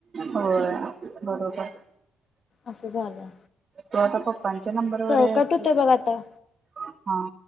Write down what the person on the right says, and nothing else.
होय बरोबर.
तो आता पप्पांच्या नंबर
वर एक
हा.